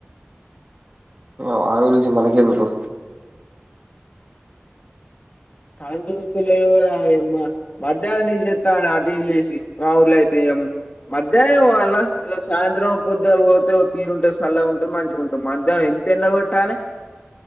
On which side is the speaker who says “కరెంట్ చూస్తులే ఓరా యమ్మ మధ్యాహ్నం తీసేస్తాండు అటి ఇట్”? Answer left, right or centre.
Left